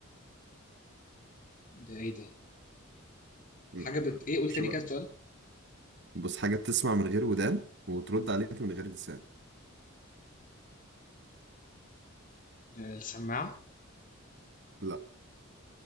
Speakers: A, on the left; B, on the right.
A: ده ايه ده
B: لا
A: حاجة بت
B: لا
A: ايه قول
B: مش
A: تاني
B: بقى
A: كده السؤال
B: بص حاجة بتسمع من غير ودان وترد عليك من غير لسان
A: السماعة
B: لا